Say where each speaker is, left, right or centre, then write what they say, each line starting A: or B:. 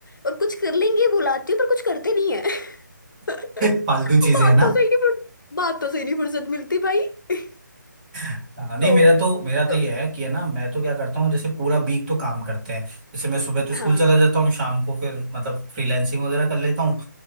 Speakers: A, on the left (about 80°); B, on the right (about 25°).
A: और कुछ कर लेंगे बुलाती हूँ पर कुछ करते नहीं है <laughs> बातों
B: <laughs> फालतू चीजें है ना
A: से ही नहीं फुर्सत- बातों से ही नहीं फुर्सत मिलती भाई <laughs>
B: हाँ, नहीं
A: तो
B: मेरा तो मेरा तो
A: तो
B: ये है कि है ना मैं तो क्या करता हूँ जैसे पूरा वीक तो काम करते हैं जैसे मैं सुबह तो स्कूल
A: हाँ हाँ
B: चला जाता हूँ शाम को फिर मतलब फ्रीलैंसिंग वगैरह कर लेता हूँ